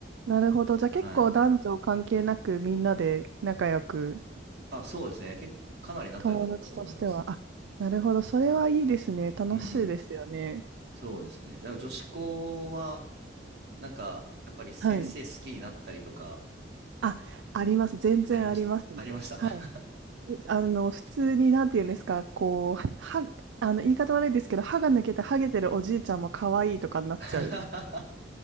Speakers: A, on the right; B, on the right.
A: なるほど。じゃあ結構男女関係なくみんなで仲良く、
B: はい。あ、そうですね。結かなり仲良かったと思います。
A: 友達としては。あ、なるほど。それはいいですね。楽しいですよね。
B: うんうん。そうですね。でも女子校は、なんか、やっぱり先生好きになったりとか、
A: はい。あ、あります。全然ありますね。
B: ありました。ありました。
A: はい。であの、普通に、なんて言うんですか、こう、は、あの、言い方悪いですけど、歯が抜けてハゲてるおじいちゃんも可愛いとかになっちゃう。
B: <laughs>